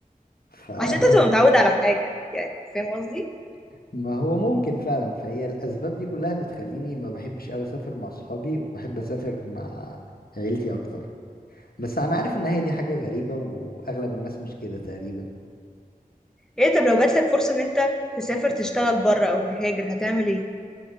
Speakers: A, on the left (about 80°); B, in the centre.
A: فما
B: عشان انت تبقى متعود على حاجه يعني فاهم قصدي
A: <laughs> هو ممكن فعلا فهي الاسباب دي كلها بتخليني ما بحبش قوي اسافر مع صحابي وبحب اسافر مع عيلتي اكتر بس انا عارف ان هي دي حاجه غريبه واغلب الناس مش كده تقريبا
B: ايه طب لو جاتلك فرصه ان انت تسافر تشتغل بره او تهاجر هتعمل ايه